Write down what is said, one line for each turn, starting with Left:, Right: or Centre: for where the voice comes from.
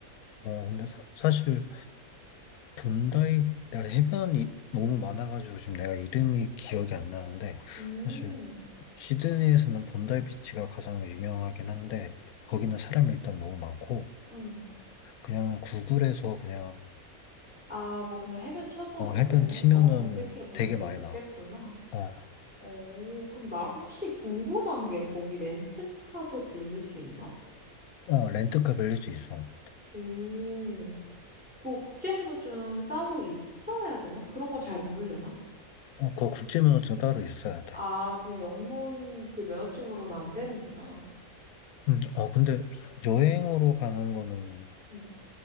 Left: 어, 근데 사, 사실 본다이 내가 해변이 너무 많아가지고 지금 내가 이름이 기억이 안 나는데
Centre: 음,
Left: 사실 시드니에서는 본다이 비치가 가장 유명하긴 한데 거기는 사람이 일단 너무 많고
Centre: 응.
Left: 그냥 구글에서 그냥
Centre: 아, 뭐 그냥 해변 쳐서
Left: 어,
Centre: 그렇게
Left: 해변
Centre: 해,
Left: 치면은
Centre: 어, 검색해보는
Left: 되게
Centre: 게
Left: 많이
Centre: 좋겠구나.
Left: 나와. 어,
Centre: 오, 그럼 나 혹시 궁금한 게 거기 렌트카도 빌릴 수 있나?
Left: 어 렌트카 빌릴 수 있어.
Centre: 오, 그 국제 면허증 따로 있어야 되나? 그런 건 잘 모르려나?
Left: 어, 그거 국제면허증 따로 있어야 돼.
Centre: 아, 그냥 영문 그 면허증으로는 안 되는구나.
Left: 음, 어 근데 여행으로 가는 거는
Centre: 음,